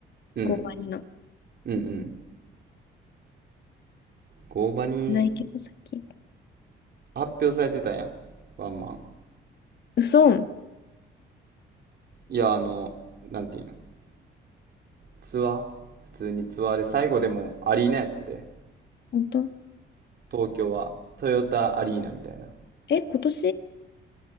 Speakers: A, on the right; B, on the left.
A: うん。
B: ゴーバニの。
A: うんうん。合場に
B: ないけど、最近。
A: 発表されてたやん。ワンマン。
B: 嘘
A: いや、あの、なんていうん。ツアー普通にツアーで最後でもアリーナやってて。
B: 本当
A: 東京はトヨタアリーナみたいな。
B: え、今年